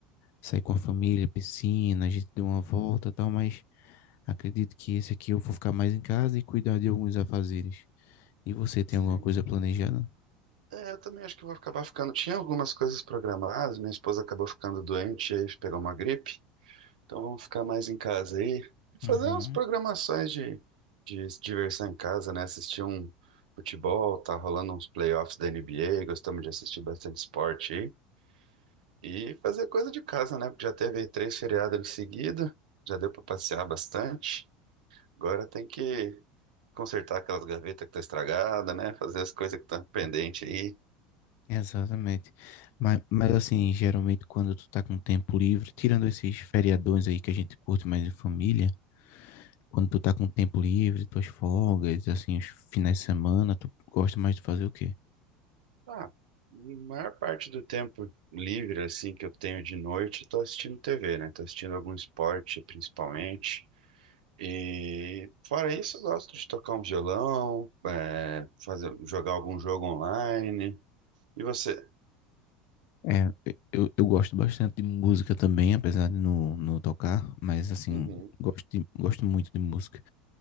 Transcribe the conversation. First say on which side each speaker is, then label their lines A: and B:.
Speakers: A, on the left; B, on the right.
A: saí com a família, piscina, a gente deu uma volta e tal, mas acredito que esse aqui eu vou ficar mais em casa e cuidar de alguns afazeres. E você tem
B: sim.
A: alguma coisa planejada?
B: É, eu também acho que vou acabar ficando. Tinha algumas coisas programadas, minha esposa acabou ficando doente, aí pegou uma gripe. Então vamos ficar mais em casa aí. Fazer
A: Uhum,
B: umas programações de, de diversão em casa, né? Assistir um futebol, tá rolando uns playoffs da NBA, gostamos de assistir bastante esporte E fazer coisa de casa, né? Porque já teve aí três feriados em seguida, já deu para passear bastante. Agora tem que consertar aquelas gavetas que tá estragada, né? Fazer as coisas que estão pendentes aí.
A: exatamente. Mas, mas assim, geralmente quando tu tá com tempo livre, tirando esses feriadões aí que a gente curte mais em família, quando tu tá com tempo livre, tuas folgas, assim, os finais de semana, tu gosta mais de fazer o quê?
B: Ah, a maior parte do tempo livre, assim, que eu tenho de noite, eu tô assistindo TV, né? Tô assistindo algum esporte, principalmente. E fora isso, eu gosto de tocar um violão, é, fazer, jogar algum jogo online. E você?
A: É, eu, eu gosto bastante de música também, apesar de não, não tocar, mas assim,
B: Uhum.
A: gosto, de- gosto muito de música.